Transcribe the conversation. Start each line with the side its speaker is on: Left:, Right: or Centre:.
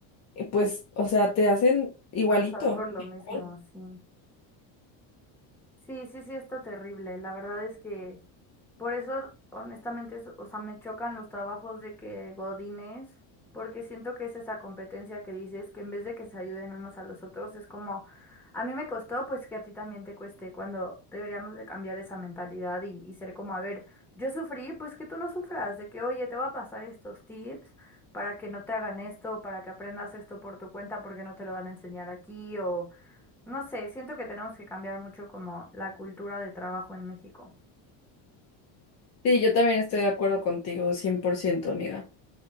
Left: eh, pues, o sea, te hacen igualito.
Centre: Pasar por lo
Left: Igual.
Centre: mismo, sí. Sí, sí, sí, está terrible. La verdad es que... Por eso, honestamente, es- o sea, me chocan los trabajos de que Godines, porque siento que es esa competencia que dices, que en vez de que se ayuden unos a los otros, es como, a mí me costó, pues que a ti también te cueste, cuando deberíamos de cambiar esa mentalidad y, y ser como, a ver, yo sufrí, pues que tú no sufras, de que, oye, te voy a pasar estos tips para que no te hagan esto, para que aprendas esto por tu cuenta, porque no te lo van a enseñar aquí, o no sé, siento que tenemos que cambiar mucho como la cultura de trabajo en México.
Left: Sí, yo también estoy de acuerdo contigo, 100% amiga.